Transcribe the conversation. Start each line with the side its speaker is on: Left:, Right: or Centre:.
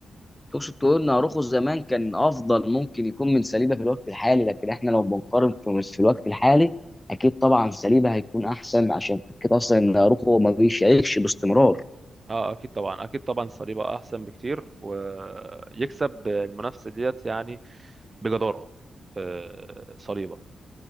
Left: تقصد تقول ان اروخو زمان كان افضل ممكن يكون من سليبه في الوقت الحالي لكن احنا لو بنقارن في, في الوقت الحالي اكيد طبعا سليبه هيكون احسن عشان كده اصلا ان اروخو ما بيشاركش باستمرار
Right: اه اكيد طبعا اكيد طبعا صليبا احسن بكتير ويكسب المنافسة ديت يعني بجدارة آه، صليبة